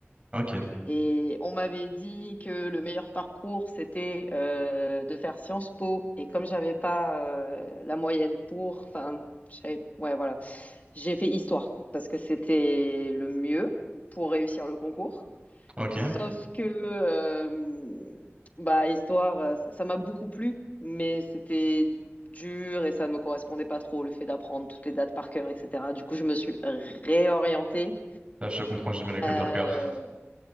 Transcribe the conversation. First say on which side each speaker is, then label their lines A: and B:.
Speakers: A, on the right; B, on the left.
A: Ok,
B: Et on m'avait dit que le meilleur parcours, c'était euh, de faire Sciences Po. Et comme j'avais pas euh, la moyenne pour... Enfin, je savais- ouais, voilà. J'ai fait histoire parce que c'était le mieux pour réussir le concours.
A: ok.
B: Sauf que, euh, bah, histoire, euh, ça ça m'a beaucoup plu, mais c'était dur et ça ne me correspondait pas trop, le fait d'apprendre toutes les dates par cœur, etc. Du coup, je me suis réorientée.
A: Là je comprends, j'ai du mal avec
B: Euh,
A: le par cœur.